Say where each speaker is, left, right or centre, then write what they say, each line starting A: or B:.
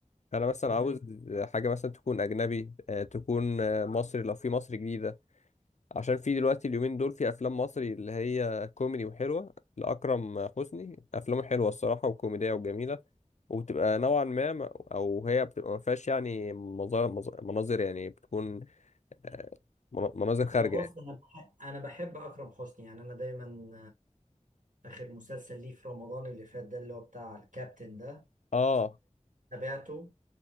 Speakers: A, on the left; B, on the right.
A: انا مثلا
B: مم.
A: عاوز حاجه مثلا تكون اجنبي آه، تكون آه، مصري لو في مصر جديده عشان في دلوقتي اليومين دول في افلام مصري اللي هي كوميدي وحلوه لاكرم حسني افلامه حلوه الصراحه وكوميديه وجميله وبتبقى نوعا ما م- او هي بتبقى ما فيهاش يعني مظا- مظا- مناظر يعني بتكون آه، من- مناظر خارجه
B: هو بص
A: يعني
B: انا بح- انا بحب اكرم حسني يعني انا دايما آه، آخر مسلسل ليه في رمضان اللي فات ده اللي هو بتاع الكابتن ده
A: اه
B: تابعته